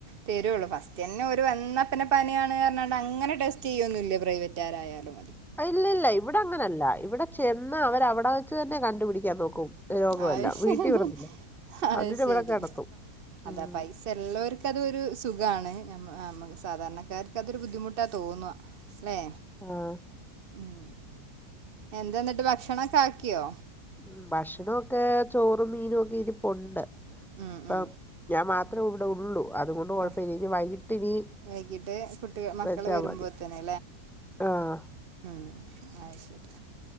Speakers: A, on the right; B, in the centre.
A: തെരുള്ളൂ ഫസ്റ്റന്നെ ഒര് വന്നപ്പന്നെ പനിയാണ് അങ്ങനങ്ങട്ട് ടെസ്റ്റ് എയ്യൊന്നുല്ല പ്രൈവറ്റാരായാലും
B: ഇല്ല ഇല്ല ഇവിടെ അങ്ങനല്ല ഇവിട ചെന്ന് അവരവ്ടെ വെച്ച് തന്നെ കണ്ടുപിടിക്കാൻ നോക്കും രോഗമല്ല
A: അത് ശേഹ്ഹ്
B: വീട്ടിൽ വിടത്തില്ല
A: അത്
B: എന്നിട്ട്
A: ശരി
B: ഇവിടെ കിടത്തും
A: അതാ
B: ഉം
A: പൈസ ള്ളോർക്ക് അതൊരു സുഖാണ് ഞമ്മ് നമ്മ സാധാര്ണക്കാർക്കത് ഒരു ബുദ്ധിമുട്ടാ തോന്നുവ ല്ലെ
B: ആഹ്
A: ഉം എന്ത ന്നിട്ട് ഭക്ഷണൊക്കാക്ക്യോ
B: ഉം ഭക്ഷണൊക്കെ ചോറും മീനുക്കെ ഇരിപ്പുണ്ട്
A: ഉം
B: പ്പം
A: ഉം
B: ഞാ മാ ത്ര വ്ടുള്ളു അതുകൊണ്ട് കൊഴ്പ്പില്ല
A: ആ
B: ഇനി വൈകിട്ടിനി
A: വൈകിട്ട് കുട്ടി മക്കള്
B: വെച്ചാ
A: വരുമ്പോത്തന്നെ
B: മതി ആഹ്
A: ആഹ് ശരി